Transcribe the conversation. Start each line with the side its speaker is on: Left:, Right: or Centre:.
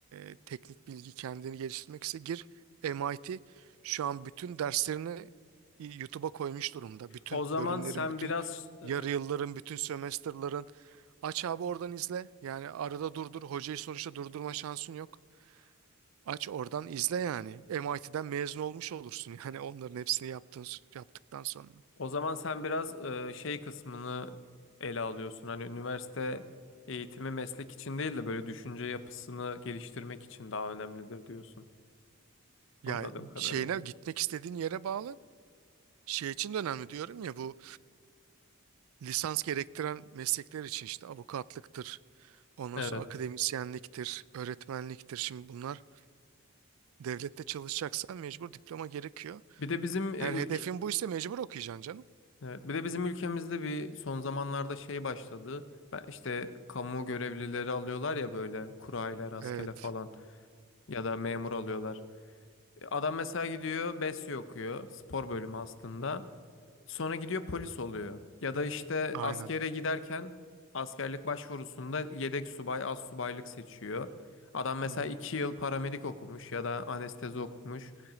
Right: e, teknik bilgi kendini geliştirmekse gir MIT şu an bütün derslerini YouTube'a koymuş durumda. Bütün
Left: O zaman
Right: bölümlerin,
Left: sen
Right: bütün
Left: biraz e,
Right: yarı yılların, bütün sömestrların aç abi oradan izle. Yani arada durdur. Hocayı sonuçta durdurma şansın yok. Aç oradan izle yani. MIT'den mezun olmuş olursun <laughs> yani onların hepsini yaptığın, yaptıktan sonra.
Left: o zaman sen biraz e, şey kısmını ele alıyorsun. Hani üniversite eğitimi meslek için değil de böyle düşünce yapısını geliştirmek için daha önemlidir diyorsun.
Right: Ya
Left: Anladığım kadarıyla.
Right: şeyine gitmek istediğin yere bağlı. Şey için de önemli diyorum ya bu lisans gerektiren meslekler için işte avukatlıktır, ondan
Left: Evet.
Right: sonra akademisyenliktir, öğretmenliktir. Şimdi bunlar devlette çalışacaksan mecbur diploma gerekiyor.
Left: Bir de bizim e, ülk-
Right: Eğer hedefin buysa mecbur okuyacaksın canım.
Left: Evet, bir de bizim ülkemizde bir son zamanlarda şey başladı. Ben işte kamu görevlileri alıyorlar ya böyle kurayla rastgele
Right: Evet,
Left: falan ya da memur alıyorlar. Adam mesela gidiyor BESYO okuyor. Spor bölümü aslında. Sonra gidiyor polis oluyor. Ya da işte
Right: aynen.
Left: askere giderken askerlik başvurusunda yedek subay, az subaylık seçiyor. Adam mesela
Right: Hı hı,
Left: iki yıl paramedik okumuş ya da anestezi okumuş.